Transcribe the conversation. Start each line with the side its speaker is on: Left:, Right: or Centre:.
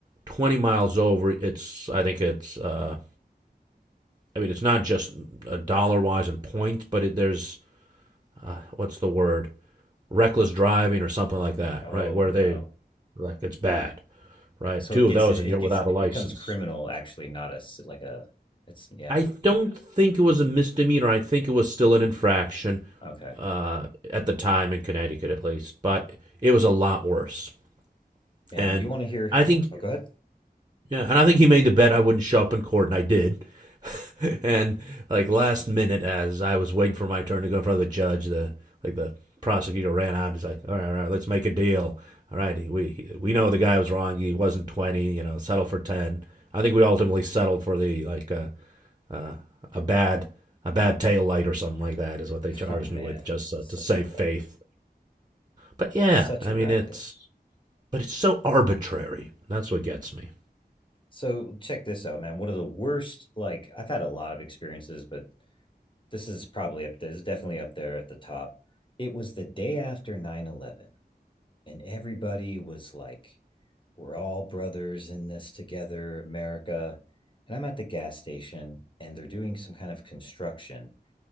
Right: 20 miles over it's i think it's uh, i mean it's not just uh, dollar wise in points but it, there's uh, what's the word reckless driving or something like that
Left: Oh
Right: right where
Left: no.
Right: they like it's bad right
Left: So
Right: two
Left: it gets
Right: of those
Left: in. It
Right: and you're
Left: gets.
Right: without
Left: It
Right: a license
Left: becomes criminal. Actually, not a s- like a. It's yeah.
Right: I don't think it was a misdemeanor. I think it was still an infraction
Left: Okay,
Right: uh, at the time in Connecticut, at least. But it was a lot worse.
Left: man.
Right: And
Left: You want to hear?
Right: I think,
Left: Oh, go ahead.
Right: yeah, and I think he made the bet I wouldn't show up in court, and I did. <laughs> and like last minute, as I was waiting for my turn to go in front of the judge, the like the prosecutor ran out. he's like, "All right, all right, let's make a deal. All right, we we know the guy was wrong. He wasn't twenty. You know, settle for ten." I think we ultimately settled for the like." Uh, uh, a bad a bad tail light or something like that is what they
Left: <laughs>
Right: charged
Left: Oh man,
Right: me with just
Left: such
Right: uh, to save
Left: a
Right: faith.
Left: racket.
Right: But yeah,
Left: Such
Right: I
Left: a
Right: mean
Left: racket.
Right: it's but it's so arbitrary. That's what gets me.
Left: So check this out, man. One of the worst, like I've had a lot of experiences, but this is probably up there. It's definitely up there at the top. It was the day after nine eleven, and everybody was like, we're all brothers in this together, America. And I'm at the gas station and they're doing some kind of construction